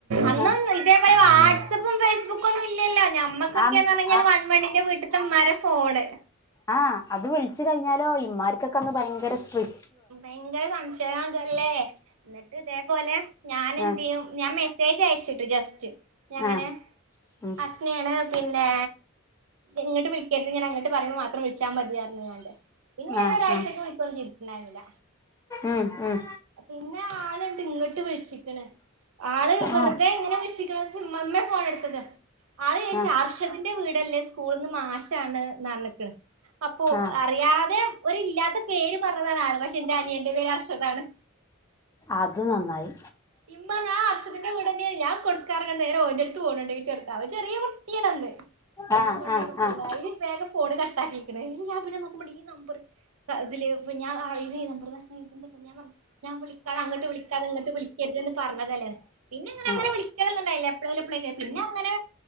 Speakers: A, on the right (about 85°); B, on the left (about 15°).
A: അന്നൊന്ന്
B: ആഹ്
A: ഇതേപോലെ വാട്സപ്പും ഫേസ്ബുക്കും ഒന്നും ഇല്ലല്ലോ. ഞമ്മക്കൊക്കെന്ന്
B: ആഹ്
A: പറഞ്ഞാല്
B: ആഹ്
A: മണ്ണിന്റെ വീട്ടിത്തെ ഇമ്മാരെ ഫോണ്
B: ആ അത് വിളിച്ചു കഴിഞ്ഞാലോ. ഇമ്മാർക്കൊക്കെ അന്ന് ഭയങ്കര സ്ട്രിക്
A: ഭയങ്കര സംശയാന്തല്ലേ. ഇന്നട്ട് ഇതേപോലെ ഞാനെന്തെയ്യും
B: ആഹ്
A: ഞാൻ മര് തേജ അയച്ചിട്ട് ജസ്റ്റ്. ഞാ ഇങ്ങനെ
B: ആഹ് ഉം
A: അസ്നേണ്. പിന്നെ ഇങ്ങട്ട് വിളിക്കര്ത്. ഞാൻ അങ്ങട്ട് പറിമ്പം മാത്രം വിളിച്ചാ മതി അറ്ണ്ക്കാണ്ട്. പിന്നെ ഞാന്
B: ആഹ്
A: ഒരാഴ്ചയ്ക്ക്
B: ആഹ്
A: വിളിക്കൊന്നും ചെയ്തിട്ടുണ്ടായിരുന്നില്ല.
B: ഉം ഉം
A: പിന്നെ ആള്ണ്ട് ഇങ്ങട്ട് വിളിച്ചിക്ക്ണ്. ആള് വെറുതെ
B: ആഹ്
A: ഇങ്ങനെ വിൾച്ക്ക്ണത് ഇമമ്മെ ഫോൺ എടുത്തത്. ആള് ചോയ്ച്
B: ആഹ്
A: അർഷതിൻന്റെ വീടല്ലേ. സ്കൂള്ന്ന് മാശാണ് ന്നർഞ്ക്ക്ണ്. അപ്പോ
B: ആഹ്
A: അറിയാതെ ഒരില്ലാത്ത പേര് പറഞ്ഞതാന്നാണ്. പക്ഷെ ഇന്റെ അനിയന്റെ പേര് അർഷതാണ്.
B: അത് നന്നായി.
A: ഇമ്മ ഞാൻ അർഷിതിന്റെ വീടെന്നേണ്. ഞാൻ കൊടുക്കാറൊക്കെണ്ട് നേരെ ഓൻന്റെടുത്ത് ഫോൺ കൊണ്ട് പോയി വച്ച് കൊടുക്ക. അവൻ ചെറിയ കുട്ട്യാണന്ന്.
B: ആഹ്
A: ആ കൊണ്ടയി
B: ആഹ്
A: കൊട്ത്ത്ക്ക്ണ്.
B: ആഹ്
A: <unintelligible> ഫോണ് കട്ടാക്കിണ്. ഞാൻ പിന്നെ നോക്കുമ്പോ ഈ നമ്പർ ഇതില് ഞ <unintelligible> <unintelligible> ഞാൻ വിളിക്കാതെ അങ്ങട്ട് വിളിക്കതെങ്ങട്ട് വിളിക്കെര്തെന്ന് പറഞ്ഞ് ള്ളതല്ലേ പിന്നങ്ങനെ
B: ആഹ്
A: അങ്ങനെ വിളി ക്കലൊന്നുണ്ടായിലെപ്പളേലും എപ്പളേങ്കി പിന്നെ അങ്ങനെ